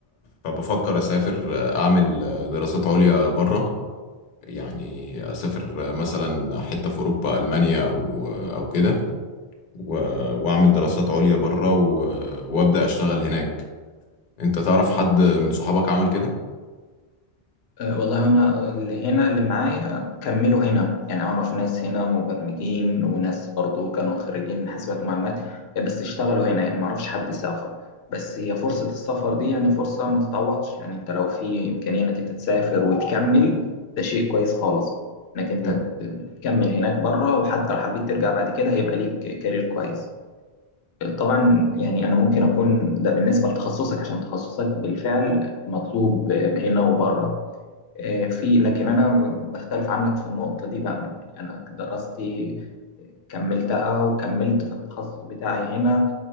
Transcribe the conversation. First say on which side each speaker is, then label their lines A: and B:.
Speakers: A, on the left; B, on the left.
A: فبفكر اسافر اعمل دراسات عليا بره يعني اسافر مثلا حتة في اوروبا المانيا او او كده و... واعمل دراسات عليا بره و... وابدا اشتغل هناك انت تعرف حد من صحابك عمل كده
B: آه، والله انا اللي هنا اللي معايا كملوا هنا يعني اعرف ناس هنا مبرمجين وناس برضو كانوا خريجين من حاسبات ومعلومات آه، بس اشتغلوا هنا يعني ما اعرفش حد سافر بس هي فرصة السفر دي يعني فرصة ما تتعوضش يعني انت لو في امكانية انك انت تسافر وتكمل ده شيء كويس خالص انك انت
A: مم.
B: تكمل هناك بره وحتى لو حبيت ترجع بعد كده هيبقى ليك كارير كويس طبعا يعني انا ممكن اكون ده بالنسبه لتخصصك عشان تخصصك بالفعل مطلوب هنا وبره آه، في لكن انا بختلف عنك في النقطه دي بقى يعني انا دراستي كملتها وكملت في التخصص بتاعي هنا